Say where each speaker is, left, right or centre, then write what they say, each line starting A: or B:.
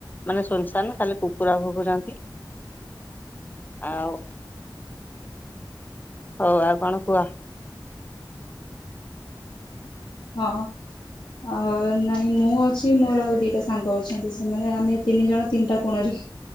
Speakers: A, on the left; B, on the left.
A: ମାନେ ସୁନସାନ ଖାଲି କୁକୁର ଭକୁୁଛନ୍ତି। ଆଉ ହଉ ଆଉ କଣ କୁହ।
B: ହଁ। ଅ ନାଇଁ ମୁଁ ଅଛି ମୋର ଆଉ ଦିଟା ସାଙ୍ଗ ଅଛନ୍ତି ସେମାନେ ଆମେ ତିନି ଜଣ ତିନିଟା କୋଣରେ